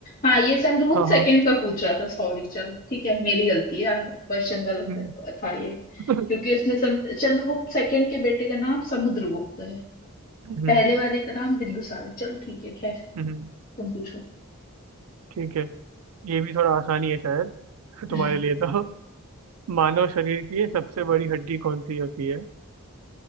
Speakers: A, on the left (about 40°); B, on the right (about 80°).
A: हाँ ये चंद्रगुप्त
B: हाँ
A: सेकंड
B: हाँ
A: का पूछ रहा था सॉरी चलो ठीक है मेरी गलती है क्वेश्चन गलत
B: हम्म,
A: था ये
B: <laughs>
A: क्योंकि उसने चंद- चंद्रगुप्त सेकंड के बेटे का नाम समुद्रगुप्त है
B: हम्म,
A: पहले वाले का नाम बिंदुसार है चलो ठीक है खैर
B: हम्म,
A: तुम पूछो
B: ठीक है ये भी थोड़ा आसानी है शायद तुम्हारे
A: हम्म
B: लिए तो मानव शरीर की सबसे बड़ी हड्डी कौन सी होती है